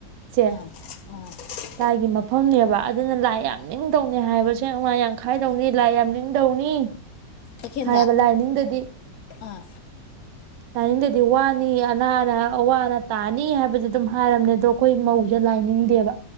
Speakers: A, on the right; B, on the left.
A: ꯏꯆꯦ
B: ꯎꯝ
A: ꯂꯥꯏꯒꯤ ꯃꯐꯝꯅꯦꯕ ꯑꯗꯨꯅ ꯂꯥꯏ ꯌꯥꯝ ꯅꯤꯡꯗꯧꯅꯤ ꯍꯥꯏꯑꯦꯕ ꯁꯦꯟꯋꯥꯏ ꯌꯥꯝꯈꯥꯏꯗꯧꯅꯤ ꯂꯥꯏ ꯌꯥꯝ ꯅꯤꯡꯗꯧꯅꯤ
B: ꯑꯦꯈꯦꯟꯖ
A: ꯍꯥꯏꯕ ꯂꯥꯏꯅꯤꯡꯗꯗꯤ
B: ꯑꯥ
A: ꯇꯥꯅꯤꯡꯗꯗꯤ ꯋꯥꯅꯤ ꯑꯅꯥꯅ ꯑꯋꯥ ꯑꯅꯥ ꯇꯥꯅꯤ ꯍꯥꯏꯕꯗꯨ ꯑꯗꯨꯝ ꯍꯥꯏꯔꯝꯃꯦ ꯑ ꯑꯩꯈꯣꯏ ꯃꯧꯁꯦ ꯂꯥꯏꯅꯤꯡꯗꯦꯕ